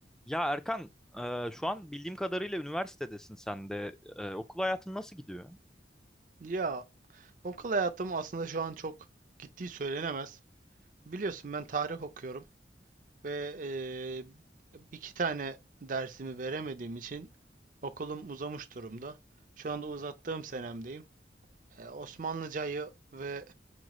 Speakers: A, in the centre; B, on the right (about 45°).
A: Ya Erkan, e, şu an bildiğim kadarıyla üniversitedesin sen de. E, okul hayatın nasıl gidiyor?
B: Ya okul hayatım aslında şu an çok gittiği söylenemez. Biliyorsun ben tarih okuyorum ve eee, iki tane dersimi veremediğim için okulum uzamış durumda. Şu anda uzattığım senemdeyim. Eee, Osmanlıcayı ve